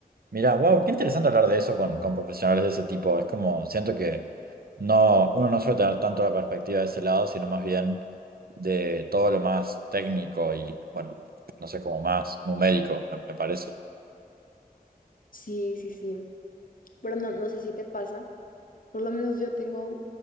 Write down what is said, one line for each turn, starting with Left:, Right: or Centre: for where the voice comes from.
Right: Mirá, wow, qué interesante hablar de eso con, con profesionales de ese tipo. Es como, siento que no, uno no suele tener tanto la perspectiva de ese lado, sino más bien de todo lo más técnico y, bueno, no sé, como más numérico, me, me parece.
Left: Sí, sí, sí. Pero no, no sé si te pasa Por lo menos yo tengo